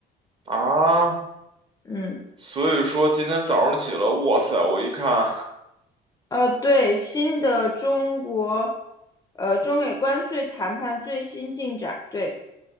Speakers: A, on the right (about 30°); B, on the left (about 20°).
A: 啊，
B: 嗯。
A: 所以说今天早上起来，哇塞，我一看，
B: 呃，对，新的中国，呃，中美关税谈判最新进展，对，